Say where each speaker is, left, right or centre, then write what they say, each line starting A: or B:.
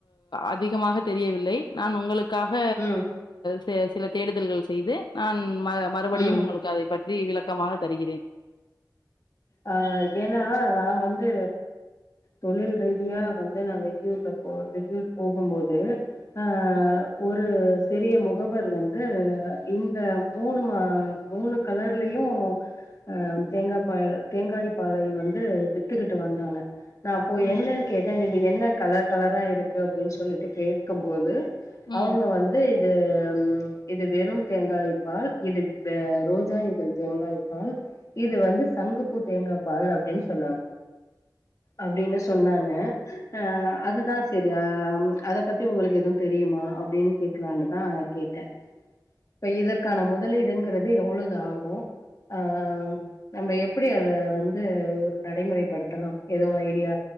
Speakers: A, on the left; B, on the left.
A: அதிகமாக தெரியவில்லை நான் உங்களுக்கு க்காக
B: ம்
A: செரி சிலர் தேடு தல்கள் செய்து நான் மறுபடியும்
B: ம்
A: உங்களுக்கு அதைப் பற்றி வி விளக்கமாக தருகிறேன்
B: ஆ ஏன்னா நா வந்து தொழில் ரீதியா வந்து நான் வெளியூர்ல போ வெளியூர் போகும்போது ஆ
A: ம்,
B: ஒரு பெரிய முகவர் வந்து இந்த மூணு மா மூணு கலர்லயும் அ தேங்கா பால் தேங்காய் பாலை வந்து வித்துக்கிட்டு வந்தாங்க நா போய்
A: ம்,
B: என்னன்
A: ம்.
B: கேட்டே இ இது என்ன கலர் கலரா இருக்கு அப்டின் சொல்லிட்டு கேக்கும் போது
A: ம்.
B: அவுங்க வந்து இ து ம் இது வெறும் தேங்காயிப்பால் இது த ரோஜா இதழ் தேங்காய்பால் இது வந்து சங்குப் தேங்கா பால் அப்டின் சொன்னாங் அப்டினு சொன்னாங்க அ அதுதா செரியா ம் அத பத்தி உங்களுக்கு எதும் தெரியுமா அப்டின் கேக்லானுதா கேட்டே இப்ப இதற்கான முதலீடுங்குறது எவ்ளோது ஆகு ஆ நம்ப எப் ப்புடி அத வந்து ஒரு நடைமுறைப்படுத்தலா எதுவு ஐடியா